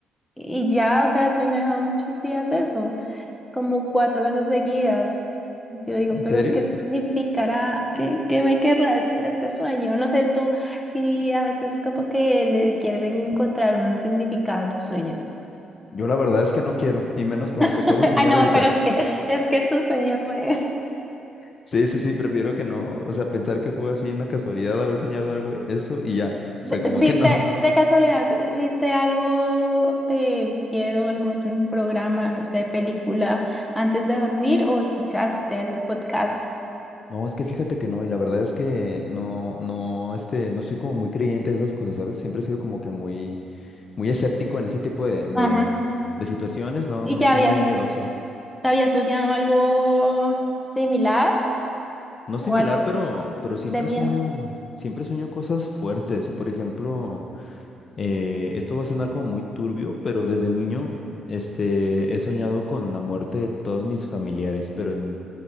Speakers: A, in the centre; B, on the left.
A: y ya, o sea, eso me ha dado muchos días eso como cuatro veces seguidas. Yo digo, pero
B: serio?
A: ¿qué significará? ¿Qué, qué me querrá decir este sueño? No sé, tú si a veces como que le quieres encontrar un significado a tus sueños.
B: Yo la verdad es que no quiero, y menos con lo que
A: <laughs>
B: acabo de soñar
A: Ah, no,
B: ahorita.
A: pero es que es que tu sueño es...
B: Sí, sí, sí, prefiero que no, o sea, pensar que fue así una casualidad haber soñado algo, eso y ya.
A: de-
B: O sea, como
A: ¿Viste,
B: que no. <laughs>
A: de casualidad, viste algo de miedo, algún programa, no sé, película antes de dormir o escuchaste algún podcast?
B: No, es que fíjate que no, y la verdad es que no, no, este, no soy como muy creyente de esas cosas, ¿sabes? Siempre he sido como que muy, muy escéptico en ese tipo de, de,
A: Ajá.
B: de situaciones, no,
A: ¿Y
B: no
A: ya
B: soy
A: habías,
B: muy miedoso.
A: habías soñado algo similar?
B: No similar,
A: O así
B: pero, pero siempre
A: de miedo.
B: sueño, siempre sueño cosas fuertes, y por ejemplo... Eh, esto va a sonar como muy turbio, pero desde niño, este, he soñado con la muerte de todos mis familiares, pero en,